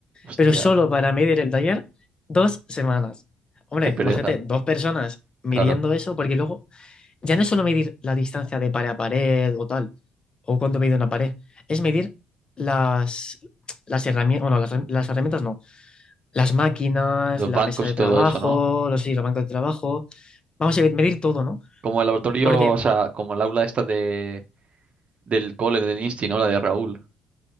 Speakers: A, on the right; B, on the left.
A: hostia,
B: Pero solo para medir el taller, dos semanas. Hombre,
A: qué pereza.
B: imagínate, dos personas midiendo
A: Claro.
B: eso, porque luego ya no es solo medir la distancia de pared a pared o tal, o cuánto mide una pared, es medir las, las herramientas, bueno, las, las herramientas no las máquinas,
A: Los
B: la
A: bancos
B: mesa de
A: y
B: trabajo,
A: todo eso, ¿no?
B: los, sí, los bancos de trabajo. Vamos a medir todo, ¿no?
A: Como el laboratorio,
B: Porque
A: o sea, como el aula esta de del cole del Insti, ¿no? La de Raúl.